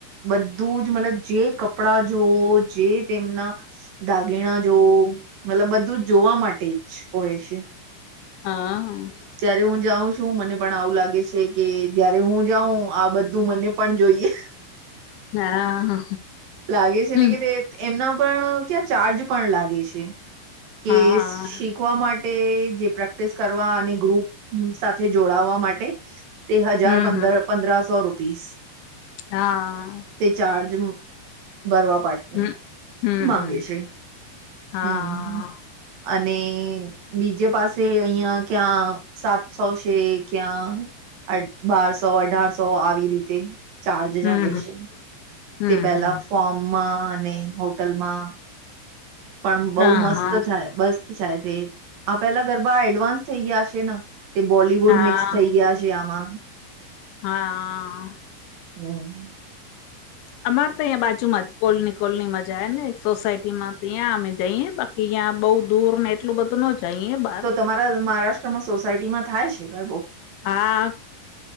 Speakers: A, on the right; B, on the left.
A: બધું જ મતલબ જે કપડાં જોઓ જે તેમના દાગીણા જોવો, મતલબ બધું જ જોવા માટે જ હોય છે.
B: હા.
A: ત્યારે હું જાઉં છું, મને પણ આવું લાગે છે, કે જયારે હું જાઉં આ બધું મને પણ જોઈએ.
B: હા
A: લાગે છે
B: હમ
A: ને કે તે એમના પણ ત્યાં ચાર્જ પણ લાગે છે. કે
B: હા
A: શીખ શીખવા માટે, જે પ્રેક્ટિસ કરવા અને ગ્રુપ સાથે જોડાવા માટે તે હજાર
B: હમ
A: પંદર
B: હમ
A: પંદ્રાસો રૂપીસ.
B: હા.
A: તે ચાર્જ ભરવા પાડ હમ્મ.
B: હમ હમ
A: માંગે
B: હમ
A: છે.
B: હા
A: હમ્મ. અને બીજે પાસે અહિયાં ક્યાં સાતસો છે, ક્યાં બારસો અઢારસો આવી રીતે. ચાર્જ
B: હમ
A: ચાલે
B: હમ
A: છે,
B: હમ
A: તે પેલા
B: હમ
A: ફોર્મમાં અને હોટલમાં પણ બહુ
B: હા
A: મસ્ત
B: હા
A: થાય, મસ્ત થાય, તે આ પેલા ગરબા એડવાન્સ થઈ ગ્યા છે ના. તે બોલીવુડ
B: હા
A: મિક્સ થઈ ગ્યા છે, આમાં.
B: હા.
A: હમ્મ.
B: અમારે તો અહીંયા બાજુમાં જ કોલની કોલ ની મજા ને, સોસાયટી માં તો હીંયા અમે જઈએ બા અિયાં બઉ દૂર ને, એટલું બધું ન જાય ઇયબા.
A: તો તમારા મહારાષ્ટ્રમાં સોસાયટીમાં થાય છે, ગરબો.
B: હા.